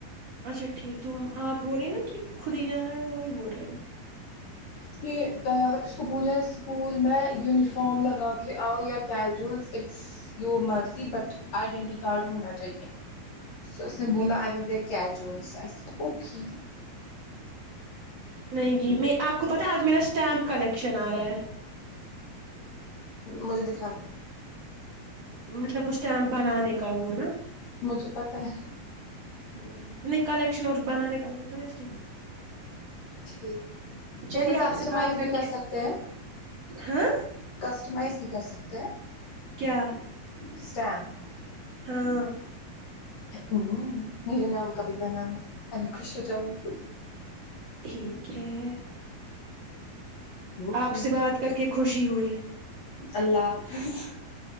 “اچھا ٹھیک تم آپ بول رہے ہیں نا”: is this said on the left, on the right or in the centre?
Right